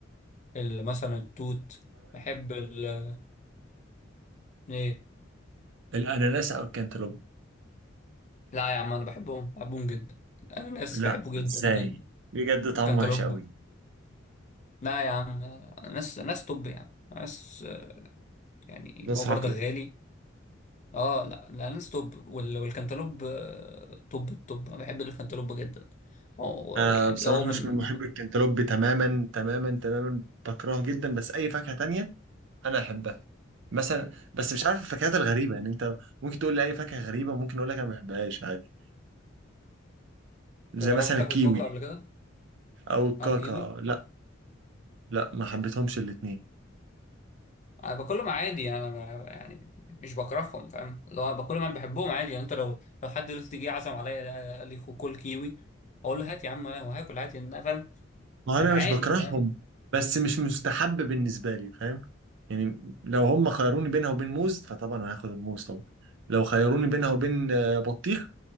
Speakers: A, on the left (about 40°); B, on the right (about 65°).
A: ال... مثلا التوت بحب ال... ايه
B: الأناناس أو الكنتالوب
A: لا يا عم انا بحبهم بحبهم جدا الاناناس
B: لا
A: بحبه جدا
B: إزاي
A: جدا
B: بجد
A: والكنتالوب
B: طعمه وحش أوي
A: لا يا عم أنا ناس ناس توب يعني ناس آه، يعني
B: ناس
A: هو برضه
B: عاقل
A: غالي اه لا الاناناس توب وال... والكنتالوب آه، توب التوب انا بحب الكنتالوب جدا هو
B: أنا
A: يعني
B: بصراحة
A: هو من
B: مش من محب الكنتالوب تماما تماما تماما بكرهه جدا بس أي فاكهة تانية أنا أحبها مثلا بس مش عارف الفاكهات الغريبة يعني أنت ممكن تقول لي أي فاكهة غريبة ممكن أقول لك أنا ما بحبهاش عادي زي
A: جربت
B: مثلا
A: تاكل
B: الكيوي
A: كوكا قبل كده
B: أو الكاكا
A: او كيوي
B: لا لا ما حبيتهمش الاتنين
A: انا باكلهم عادي يعني انا ب- يعني مش بكرههم فاهم لو انا باكلهم انا بحبهم عادي يعني انت لو لو حد دلوقتي جه عزم عليا قال لي خو- كل كيوي اقول له هات يا عم هو هاكل عادي إن انا فاهم
B: ما
A: يعني
B: انا
A: عادي
B: مش بكرههم
A: فاهم
B: بس مش مستحب بالنسبه لي فاهم يعني لو هم خيروني بينها وبين موز فطبعا هاخد الموز طبعا لو خيروني بينها وبين آه، بطيخ